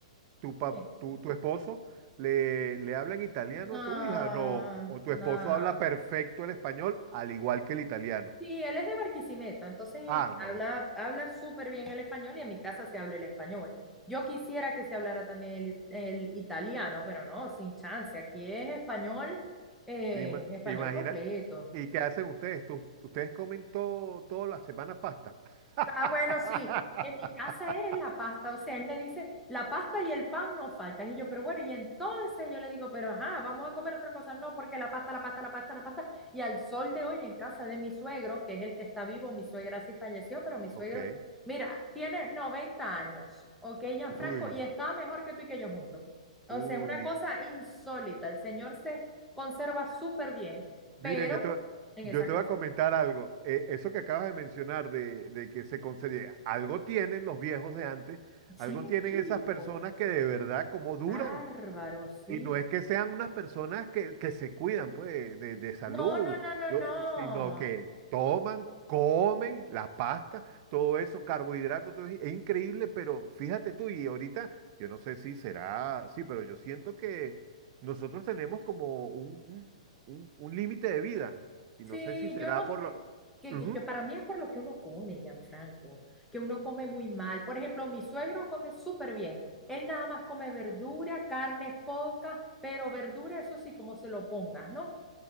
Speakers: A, on the right; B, in the centre.
A: ¿Tu, pa-
B: ¿Qué?
A: tu, tu esposo le, le habla en italiano
B: No,
A: a tu hija? No. ¿O tu
B: no.
A: esposo habla perfecto el español al igual que el italiano?
B: Sí, él es de Barquisimeto, entonces
A: Ah, no.
B: habla, habla súper bien el español y en mi casa se habla el español. Yo quisiera que se hablara también el, el italiano, pero no, sin chance. Aquí es español, eh,
A: Ima-
B: español
A: imagina.
B: completo.
A: ¿Y qué hacen ustedes? ¿Tú- ¿Ustedes comen todo, toda la semana pasta? <laughs>
B: Ah, bueno, sí. En mi casa es la pasta. O sea, él me dice, la pasta y el pan no faltan. Y yo, pero bueno, y entonces yo le digo, pero ajá, vamos a comer otra cosa. No, porque la pasta, la pasta, la pasta, la pasta. Y al sol de hoy en casa de mi suegro, que es el que está vivo, mi suegra sí falleció, pero mi suegro,
A: Ok.
B: mira, tiene 90 años, ¿ok, Gianfranco?
A: Uy,
B: Y está mejor que tú y que yo juntos. O
A: uy.
B: sea, es una cosa insólita. El señor se conserva súper bien,
A: Mire,
B: pero
A: yo te, va-
B: en
A: yo
B: esa
A: te
B: casa,
A: voy a comentar algo. Eh, eso que acabas de mencionar de, de que se concede, algo tienen los viejos de antes,
B: sí,
A: algo tienen
B: chico.
A: esas personas que de verdad, como duran?
B: Bárbaro, sí.
A: Y no es que sean unas personas que, que se cuidan, pues, de, de salud,
B: No, no, no, no,
A: yo-
B: no.
A: sino que toman, comen la pasta, todo eso, carbohidratos, todo, es increíble, pero fíjate tú, y ahorita, yo no sé si será, sí, pero yo siento que nosotros tenemos como un, un- un- un límite de vida, y
B: Sí,
A: no sé si será
B: yo no
A: por
B: sé,
A: lo...
B: que,
A: Ujú,
B: que yo, para mí es por lo que uno come, Gianfranco, que uno come muy mal. Por ejemplo, mi suegro come súper bien. Él nada más come verdura, carne poca, pero verdura, eso sí, como se lo pongas, ¿no?